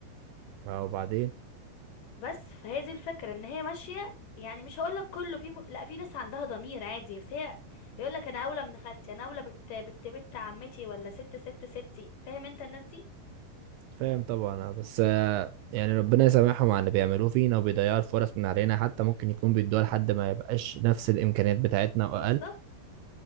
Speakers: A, on the right; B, on the left.
A: اه وبعدين
B: بس فهي دي الفكرة ان هي ماشية يعني مش هقول لك كله في م... لا في ناس عندها ضمير عادي بس هي يقول لك انا اولى من خالتي انا اولى بت بت بت عمتي ولا ست ست ستي فاهم انت الناس دي
A: فاهم طبعا آه، بس آه، يعني ربنا يسامحهم على اللي بيعملوه فينا وبيضيعوا الفرص من علينا حتى ممكن يكون بيدوها لحد ما يبقاش نفس الامكانيات بتاعتنا واقل
B: بالظبط